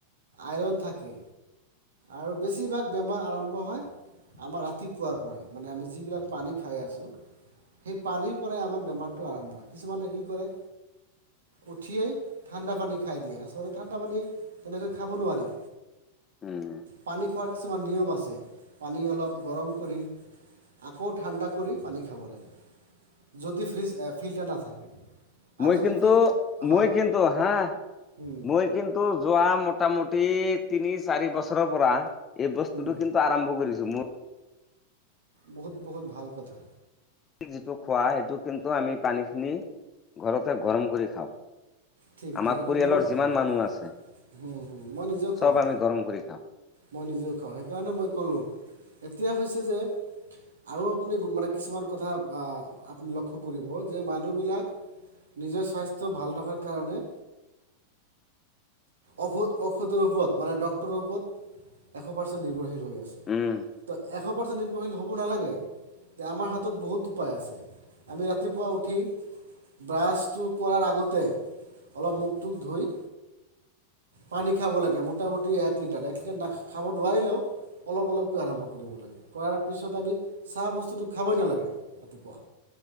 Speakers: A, on the right (about 65°); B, on the left (about 25°).
A: আইৰণ থাকে আৰু বেছিভাগ বেমা আৰম্ভ হয় আমাৰ ৰাতিপুৱাৰ পৰাই মানে আমি যিবিলাক পানী খাই আছোঁ। সেই পানীৰ পৰাই আমাৰ বেমাৰটো আৰম্ভ হয় কিছুমানে কি কৰে উঠিয়েই ঠাণ্ডা পানী খাই দিয়ে আচলতে ঠাণ্ডা পানী তেনেকৈ খাব নোৱাৰি।
B: উম
A: পানী খোৱাৰ কিছুমান নিয়ম আছ ছে পানী অলপ গৰম কৰি আকৌ ঠাণ্ডা কৰি পানী খাব লাগে। যদি ফ্ৰিজ ফিল্টাৰ নাথাকে। আৰু
B: মই
A: যদি
B: কিন্তু
A: ফিল্টাৰ হয়
B: মই কিন্তু হাহ
A: হুম
B: মই কিন্তু যোৱা মোটামুটি তিনি চাৰি বছৰৰ পৰা এই বস্তুটো
A: হুম
B: কিন ন্তু আৰম্ভ কৰিছো মোৰ
A: বহুত বহুত ভাল কথা।
B: যিটো খোৱা সেইটো কিন্তু আমি পানীখিনি ঘৰতে গৰম কৰি খাওঁ।
A: ঠিক
B: আমাৰ
A: ঠিক এইটো
B: পৰিয়ালৰ
A: বহুত
B: যিমান
A: বহুত
B: মানুহ আছে
A: হুম হুম মই নিজেও খাওঁ
B: চ'ব আমি গৰম কৰি খাওঁ।
A: মই নিজেও খাওঁ সেইকাৰণে মই ক'লোঁ এতিয়া হৈছে যে আৰু আপুনি গুণমানে কিছুমান কথা আপুনি লক্ষ্য কৰিব যে মানুহবিলাক নিজৰ স্বাস্থ্য ভাল ৰখাৰ কাৰণে ঔষধ ঔষধৰ ওপৰত মানে ডকক্তৰৰ ওপৰত এশ পাৰ্চেণ্ট নিৰ্ভৰশীল হৈ আছে।
B: উম,
A: ত'এশ পাৰ্চেণ্ট নিৰ্ভৰশীল হ'ব নালাগে, যে আমাৰ হাতত বহুত উপায় আছে। আমি ৰাতিপুৱা উঠি ব্ৰাছটো কৰাৰ আগতে, অলপ মুখটোক ধুই পানী খাব লাগে, মোটামুটি এক লিটাৰ। এক লিটাৰ না খাব নোৱাৰিলও অলপ অলপকৈ আৰম্ভ কৰিব লাগে। কৰাৰ পিছত আমি, চাহ বস্তুটো খাবই নালাগে ৰাতিপুৱা।